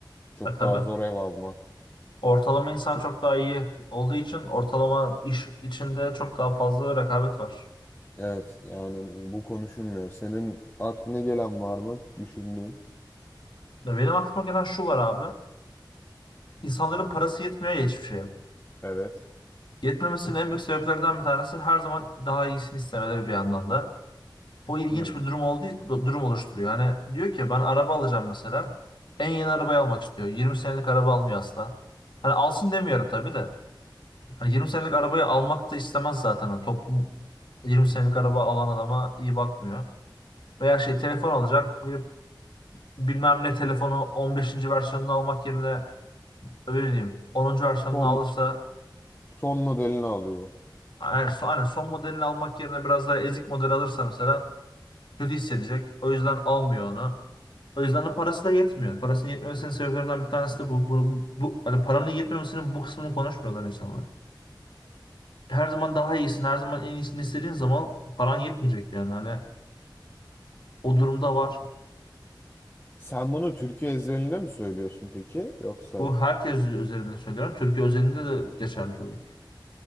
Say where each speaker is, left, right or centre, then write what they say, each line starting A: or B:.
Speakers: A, on the left; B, on the left.
A: Çok
B: E tabii.
A: daha zor ev almak.
B: Ortalama insan çok daha iyi olduğu için ortalama iş içinde çok daha fazla rekabet var.
A: Evet, yani bu konuşulmuyor. Senin aklına gelen var mı? Düşündüğün.
B: Ya Benim aklıma gelen şu var abi. İnsanların parası yetmiyor ya hiçbir şeye.
A: Evet.
B: Yetmemesinin en büyük sebeplerden bir tanesi her zaman daha iyisini istemeleri bir yandan da. Bu ilginç
A: Hmm.
B: bir durum olduğu durum oluşturuyor. Hani diyor ki ben araba alacağım mesela. En yeni arabayı almak istiyor. 20 senelik araba almıyor asla. Hani alsın demiyorum tabii de. Hani 20 senelik arabayı almak da istemez zaten. Hani toplum 20 senelik araba alan adama iyi bakmıyor. Veya şey telefon alacak. Bir, bilmem ne telefonu on beşinci versiyonunu almak yerine öyle diyeyim 10. versiyonunu
A: Son
B: alırsa
A: son modelini alıyor.
B: Yani son, hani son modelini almak yerine biraz daha ezik model alırsa mesela kötü hissedecek. O yüzden almıyor onu. O yüzden de parası da yetmiyor. Parasının yetmemesinin sebeplerinden bir tanesi de bu. Bu, bu- bu- hani paranın yetmemesinin bu kısmını konuşmuyorlar insanlar. Her zaman daha iyisin, her zaman en iyisini istediğin zaman paran yetmeyecek yani. Hani o durumda var.
A: Sen bunu Türkiye özeline mi söylüyorsun peki? Yoksa?
B: Bu herkes üzerinde söylüyorum. Türkiye özelinde de geçerli tabii ki.